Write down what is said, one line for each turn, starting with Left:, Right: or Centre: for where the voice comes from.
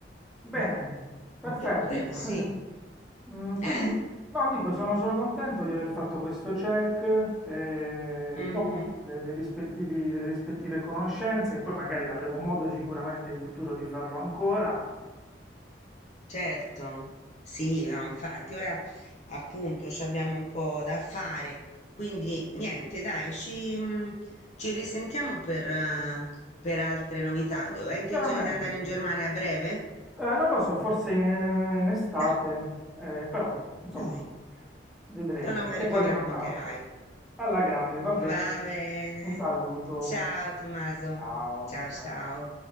Centre: Bene,
Left: Ma
Centre: perfetto.
Left: <laughs>
Centre: <laughs>
Left: sì.
Centre: Mm, quindi,
Left: Eh?
Centre: no, dico, sono, sono contento di aver fatto questo check, eh,
Left: Mh-mh.
Centre: insomma, de- dei rispettivi- delle rispettive conoscenze, e poi magari avremo modo sicuramente in futuro di farlo ancora.
Left: Certo. Sì, no, infatti ora appunto c'abbiamo un po' da fare, quindi niente dai, ci mhmm, ci risentiamo per eh, per altre novità. Do hai intenzione
Centre: Veramente.
Left: di andare in Germania a breve?
Centre: Eh, non lo so, forse in, in estate,
Left: Da
Centre: eh, però, insomma,
Left: dai,
Centre: vedremo.
Left: e allora
Centre: Ti
Left: magari
Centre: Tengo
Left: poi
Centre: aggiornato.
Left: mi racconterai.
Centre: Alla grande, va bene.
Left: Va bene.
Centre: Un saluto.
Left: Ciao Tommaso.
Centre: Ciao, Nicola.
Left: Ciao, ciao.